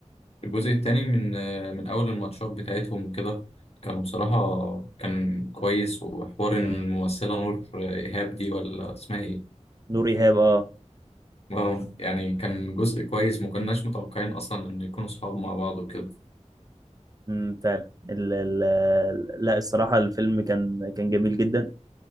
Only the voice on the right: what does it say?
نور ايهاب اه
امم فعلا ال ال لا الصراحه الفيلم كان كان جميل جدا